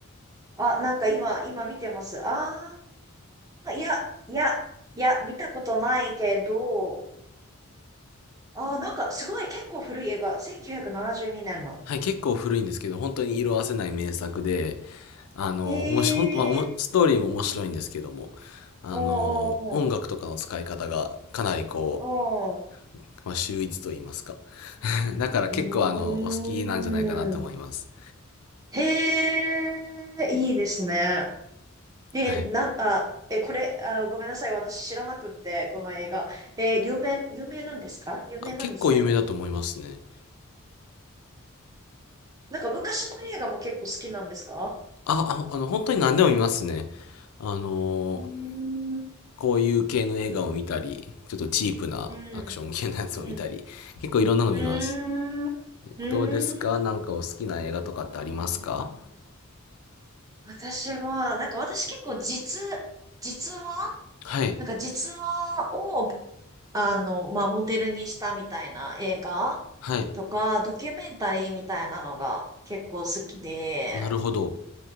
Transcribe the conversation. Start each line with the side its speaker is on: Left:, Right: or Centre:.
Right: あ、なんか今、今見てます。あー、いや、いや、いや、見たことないけど、あー、なんかすごい結構古い映画。1972年の。
Left: はい、結構古いんですけど、本当に色褪せない名作で、あの、
Right: へー、
Left: 面白い、ほんとまあ、おもストーリーも面白いんですけども、あの、
Right: お
Left: 音楽とかの使い方がかなりこう、
Right: ー、おー、
Left: まあ、秀逸と言いますか。<laughs> だから結構あの、
Right: うー
Left: お好きなんじゃないかなと思います。
Right: ん。へえいいですね。え、
Left: はい
Right: なんか、え、これ、あ、ごめんなさい。私知らなくって、この映画。え、有名、有名なんですか有名なんですね。
Left: あ、結構有名だと思いますね。
Right: なんか昔の映画も結構好きなんですか
Left: あ、あ、あの、本当に何でも見ますね。あのー
Right: うーん、う
Left: こういう系の映画を見たり、ちょっとチープなアクション系のやつを見たり、
Right: ん、うん、
Left: 結構いろんなの見ます。
Right: うーん、うーん。
Left: どうですかなんかお好きな映画とかってありますか
Right: 私は、なんか私結構実、実話
Left: はい、
Right: なんか実話を、あの、まあ、モデルにしたみたいな映画とか、
Left: はい。
Right: ドキュメンタリーみたいなのが結構好きで、
Left: なるほど。